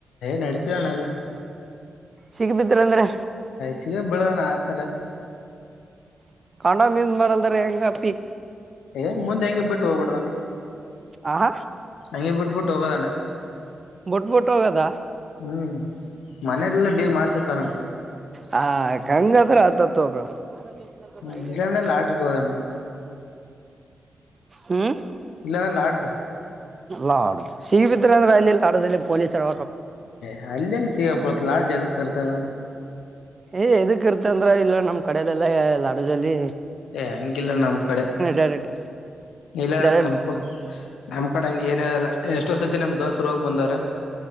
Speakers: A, on the left; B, on the right.
A: ನಡತಿದನ ಎಲ್ಲ
B: ಸಿಗ್ಬಿದ್ರ ಅಂದ್ರೆ
A: ಸಿಗಬಿಲ್ಲ ಆತರ
B: <inaudible> ಯೂಸ್ ಮಾಡಲ್ದರಿ ಹೆಂಗ ಅಪ್ಪಿ
A: ಏ ಮುಂದೆ ಹೆಂಗೆ ಬಿಟ್ಟು ಹೋಗಬಡದಾನ
B: ಆಹ
A: ಹಂಗೆ ಬಿಟ್ಬಿಟ್ಟು ಹೋಗೋದಾನೆ
B: ಬುಟ್ಬುಟ್ ಹೋಗದ
A: ಹ್ಮ್ ಮನೇಲೆಲ್ಲ ಡೀಲ್ ಮಾಡ್ಸಿರ್ತಾರಣ್ಣ
B: ಹ ಹಂಗೆಗತ್ರ ಹತಾತೋಪ್ಪಾ ತೆ
A: ಹ್ಮ್
B: ಐಡಿಯಾ
A: ಇಲ್ಲಾಂದ್ರೆ
B: ಇದ್ವೆ
A: ಲಾಡ್ಜ್ಗೆ ಹೋದಣ್ಣ
B: ಹ್ಮ
A: ಇಲ್ಲಣ್ಣ ಲಾಡ್ಡ್ಜ
B: ಲಾಡ್ಜ್ ಸಿಗ್ಬಿದ್ರ ರ್ಯಾಲಿ ಲಾಡ್ಜ್ ದಲ್ಲಿ ಪೊಲೀಸರು
A: ಹ ಅಲ್ಲ ಹೆಂಗ ಸಿಗಬಡ ಲಾಡ್ಜದು. <unintelligible>
B: ಏ ಎದಕ್ ಇರ್ತ ಅಂದ್ರ ಇಲ್ಲ ನಮ್ ಕಡದೆಲ್ಲಾ ಲಾಡ್ಜ್ ಅಲ್ಲಿ
A: ಏ ಹಂಗಿಲ್ಲ ನಮ್ ಕಡೆ
B: ಡೈರೆಕ್ಟ್
A: ಇಲ್ಲಣ್ಣ
B: ಡೈರೆಕ್ಟ್
A: ನಮ ನಮ್ ಕಡೆ ಹಂಗ ಏನೀರಲ್ಲ ಎಷ್ಟೋಸತಿ ನಮ ದೋಸರು ಹೋಗಿ ಬಂದವ್ರ